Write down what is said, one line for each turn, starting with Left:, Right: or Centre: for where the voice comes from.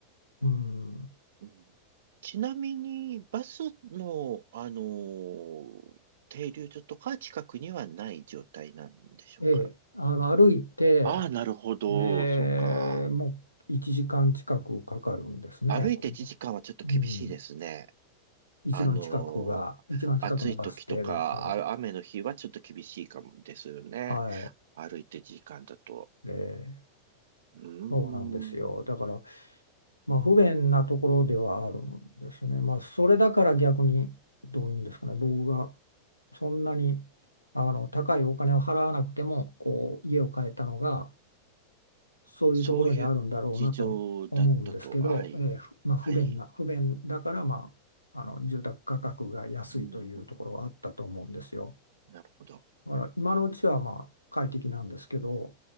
Left: うん、
Right: うんちなみに、バスの、あのー停留所とか近くにはない状態なんでしょうか。
Left: ええあの歩いて、
Right: ああ、なるほど。
Left: え
Right: そうか。
Left: えもう1時間近くかかるんですね。
Right: 歩いて1時間はちょっと厳しいですね。
Left: ここうん一番近くが、
Right: あのー暑い時とか、
Left: 一番近くのバス停が多分。
Right: あ、雨の日はちょっと厳しいかもですよね。
Left: は
Right: 歩いて時間だと。
Left: い。えー
Right: うーん。
Left: そうなんですよ。だから、まあ、不便なところではあるんですね。まあ、それだから逆に、どういうんですかね、僕がそんなにあの高いお金を払わなくても、こう、家を買えたのが、そういうところにあるんだろうなと思うんですけど、
Right: そういう事情だったと。はい。
Left: えーふまあ、不便な、
Right: はい。
Left: 不便だから、まあ、あの住宅価格が安いというところはあったと思うんですよ。
Right: うん、うん。なるほど。
Left: だから今のうちはまあ快適なんですけど、